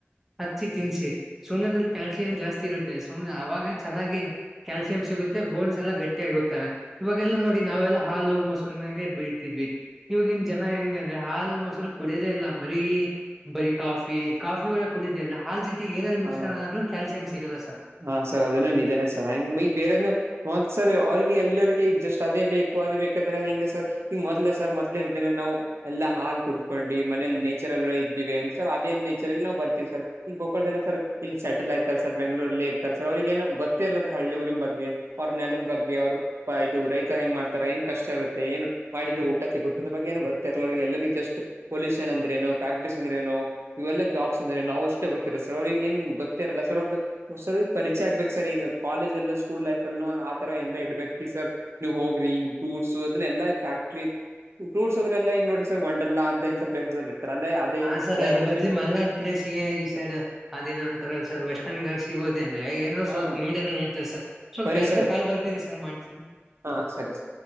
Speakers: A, in the centre; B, on the right.
A: ಹಚ್ಚಿ ತಿನ್ಸಿ ಸುಣ್ಣದಲ್ಲಿ ಕ್ಯಾಲ್ಸಿಯಂ ಜಾಸ್ತಿ ಇರುತ್ತೆ ಸುಮ್ನೆ ಅವಾಗ ಚೆನ್ನಾಗಿ ಕ್ಯಾಲ್ಸಿಯಂ ಸಿಗುತ್ತೆ ಬೋನ್ಸ್ ಎಲ್ಲಾ ಗಟ್ಟಿ ಆಗುತ್ತೆ. ಇವಾಗೆಲ್ಲ ನೋಡಿ ನಾವೆಲ್ಲಾ ಹಾಲು ಮೊಸರಿನಾಗೆ ಬೇಳ್ತಿದ್ವಿ ಇವಾಗಿನ್ ಜನ ಹೆಂಗೆ. ಅಂದ್ರೆ ಹಾಲು ಮೊಸರು ಕುಡಿಯುವುದೇ ಇಲ್ಲಾ ಬರೀ ಬರಿ. ಕಾಫಿ
B: ಹ
A: ಕಾಫಿ ಒಳಗೆ ಕೂಡಿದೆ ಇದ್ರೆ ಹಾಲ್ ಜತಿಗ್ ಏನರ ಮಿಕ್ಸಣ
B: ಹಾ
A: ಆದ್ರೂ ಕ್ಯಾಲ್ಸಿಯಂ ಸಿಗಲ್ಲ ಸರ್.
B: ಹಾ ಸರ್ ಅದನು ನಿಜಾನೇ ಸರ್ ಹಂಗ ಬಿ ಬೇರೆನು. ಒಂದ ಸರೆ ಅವ್ರಿಗೆ ಎಲ್ಲರಿಗೆ ಜಸ್ಟ್ ಅದೇ ಬೇಕು ಅದೇ ಬೇಕತ್ತರ ಹೆಂಗೆ ಸರ್. ಈಗ ಮೊದ್ಲ ಸರ್ ಮೊದ್ಲೇ ದಿನ ನಾವು ಎಲ್ಲ ಹಾಲ್ ಕುಡ್ಕೊಂಡಿ ಮನೇಲಿ ನೇಚರ್ಲ್ ಇದ್ದೀವಿ ಅಂತ ಸರ್ ಅದೇ ನೇಚರ್ಲ್ಲಿ ನಾವ್ ಬರ್ತೀವಿ ಸರ್ ಈಗ ಒಬಕ್ಕಳ ಜನ ಸರ್ ಇಲ್ಲಿ ಸೆಟಲ್ ಆಯತ ಸರ್ ಬೆಂಗ್ಳೂರಲ್ಲಿ ಸರ್ ಅವ್ರಿಗೆನು ಗೊತ್ ತ್ತೆಲ್ಲ ಸರ್ ಹಳ್ಳಿ ಊರಿನ್ ಬಗ್ಗೆ ಅವ್ರ ನೆಲದ ಬಗ್ಗೆ ಅವ್ರ ಇದು ರೈತ ಹೆಂಗ ಮಾಡ್ತಾರ ಏನ್ ಕಷ್ಟ ಇರುತ್ತೆ ಏನು. ಮಾಡಿದ್ರೆ ಊಟ ಸಿಗುತ್ತದ ಬಗ್ಗೆ ಏನು ಗೊತ್ತಿರಲ್ಲಿಲ್ಲ ಎಲ್ಲರಗೂ ಜಸ್ಟ್ ಪೊಲ್ಯೂಷನ್ಂದ್ರ ನು ಫ್ಯಾಕ್ಟ್ರೀಸ್ ಅಂದ್ರೆನು. ಇವೆಲ್ಲ ಜಾಬ್ಸ್ ಅಂದ್ರೆ ನಾವ ಅಷ್ಟೇ ಗೊತ್ತಿರ ಸರ್ ಅವ್ರಿಗೆ ಏನ್ ಗೊತ್ತೆರಲ್ಲ ಸರ್ ಅವ್ರದ. ಹು ಸರ್ ಪರಿಚಯ ಆಗ್ಬೇಕು ಸರ್ ಈಗ ಕಾಲೇಜಲ್ಲೂ ಸ್ಕೂಲ್ ಲೈಫ್ ಅಲ್ಲೂ ಆ ತರ ಎಂದ ಇಡ್ಬೇಕ ಸರ್. ನೀವ್ ಹೋಗ್ರಿ ಹಿಂಗ್ ಟೂರ್ಸ ಅದನ್ ಎಲ್ಲಾ ಫ್ಯಾಕ್ಟರಿ. ಟೂರ್ಸ್ ಅದ್ರೆಲ್ಲ ಈಗ ನೋಡ್ರಿ ಸರ್ ಒಂಡರಲಾ ಅಂತ ಇಂತ ಪ್ಲೇಸ್ ಅದರಿ ಈಗ ಅದೇ.
A: ಹಾ
B: ರೈತ
A: ಅದ್ರ ಬದ್ಲಿ
B: ಪ್ಲೇಸ್ ಅಲ್ಲಿ
A: ಮಲ್ನಾಡ್ ಪ್ಲೇಸಿಗೆ ಈ ಸೈಡ್ ಅದೇನೋ ಅಂತರಲಾ ಸರ್ ವೇಸ್ಟ ನ್ ಗಾಡ್ಸಗೆ ಹೋದೆ ಅಂದ್ರೆ ಏನರ
B: ಹಾ
A: ಸ್ವಲ್ಪ ನೋಡೇರ ನೋಡ್ತಾರ್ ಸರ್ ಸ್ವಲ್ಪ
B: ಬರಿ
A: ಯಾರದ
B: ಸರ್
A: ಕಾಲ್ ಬರ್ತೀದೇ ಸರ್ ಮಾಡ್ತೀನಿ.
B: ಹಾ ಸರಿ ಸರಿ